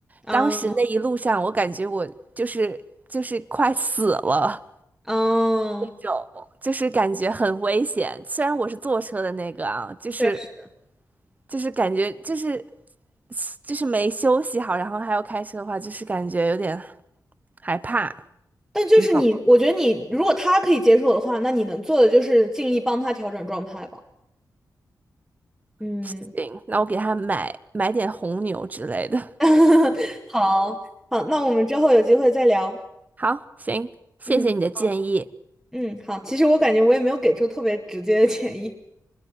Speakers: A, in the centre; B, on the right (about 25°).
A: 啊。
B: 当时那一路上我感觉我就是就是快死了。
A: 嗯哦，
B: 那种，就是感觉很危险。虽然我是坐车的那个啊，就是
A: 确实，
B: 就是感觉就是就是没休息好，然后还要开车的话，就是感觉有点害怕。
A: 但就是你，
B: 你懂？吗？
A: 我觉得你如果他可以接受的话，那你能做的就是尽力帮他调整状态吧。嗯，
B: 行，那我给他买买点红牛之类的。
A: <laughs> 好，好，那我们之后有机会再聊。
B: 好，行，谢谢你的建议。
A: 嗯好，嗯，好，其实我感觉我也没有给出特别直接的建议。